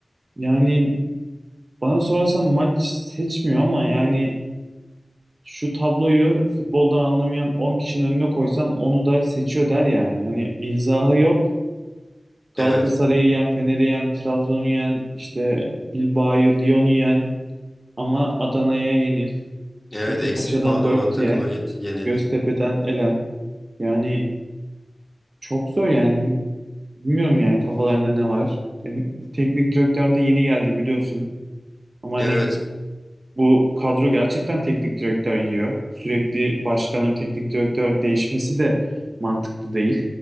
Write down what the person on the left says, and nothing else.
Evet.
Evet
eksi puanı
olan takıma
git yenil.
Evet.